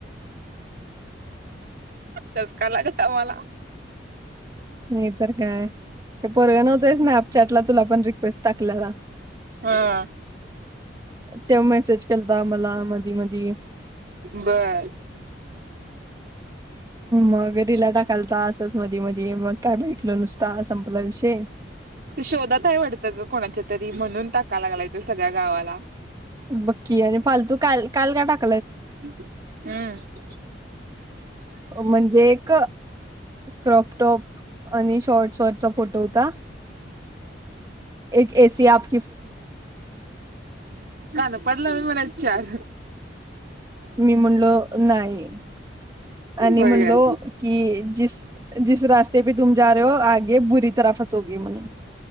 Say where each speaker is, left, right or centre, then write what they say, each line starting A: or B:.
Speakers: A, on the right; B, on the right.
A: ठसका लागला मला
B: नाही तर काय ते पोरग्यान ते स्नॅपचॅटला तुला पण रिक्वेस्ट टाकलेला
A: हा
B: तो मेसेज केलता मला मधी मधी
A: बर
B: मग ला टाकालता असच मधी मधी <unintelligible> संपला विषय
A: तो शोधात हाय वाटतं ग कोणाच्या तरी म्हणून टाका लागलाय तो सगळ्या गावाला
B: बकी आणि फालतू काल काल काय टाक
A: हुं
B: म्हणजे एक क्रॉपटॉप आणि शॉर्ट शॉर्ट चा फोटो होता एक एसी आप
A: शहाणा पडला व्हय म्हणायचं चार
B: मी म्हणलो नाही आणि
A: होय
B: म्हणलो
A: काय
B: की जिस जिस रास्ते पे तुम जा रहे हो आगे बुरी तरह फसोगे म्हणून